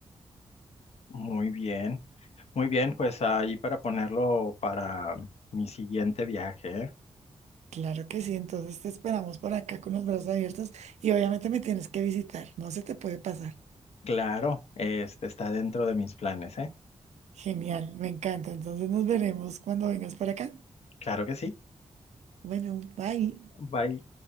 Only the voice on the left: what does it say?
Muy bien, muy bien, pues ahí para ponerlo para mi siguiente viaje, ¿eh?
Claro, este está dentro de mis planes, ¿eh?
Claro que sí.
Bye.